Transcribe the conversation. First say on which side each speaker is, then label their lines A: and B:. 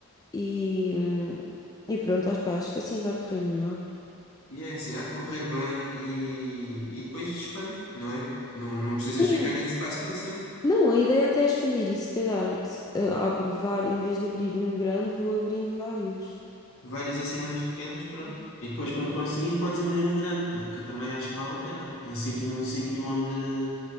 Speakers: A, on the left; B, on the left.
A: e, e pronto, acho, pá, acho que assim vai correr melhor.
B: E é assim, há de correr bem e, e depois expandes, não é? Não, não precisas
A: Sim.
B: ficar nesse espaço para sempre.
A: Não, a ideia até é expandir e se calhar se, eh, abro var- em vez de abrir um grande, vou abrindo vários.
B: Vários assim mais pequenos, pronto. E depois quando conseguires podes abrir um grande, porque também acho que vale a pena. Em sítio, num sítio onde...